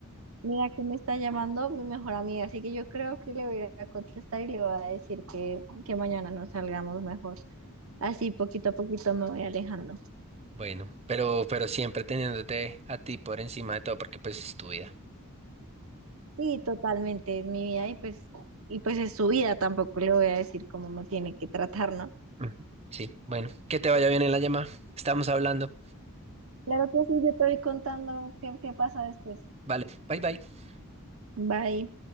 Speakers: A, on the right; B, on the right.
A: mira que me está llamando mi mejor amiga, así que yo creo que le voy a ir a contestar y le voy a decir que, que mañana nos salgamos mejor. Así poquito a poquito me voy alejando.
B: Bueno, pero, pero siempre teniéndote a ti por encima de todo, porque pues es tu vida.
A: Sí, totalmente, es mi vida y pues, y pues es su vida, tampoco le voy a decir cómo me tiene que tratar, ¿no?
B: Ujú. Sí, bueno, que te vaya bien en la llamada. Estamos hablando.
A: Claro que sí, yo te voy contando qué, qué pasa después.
B: Vale, bye bye.
A: Bye.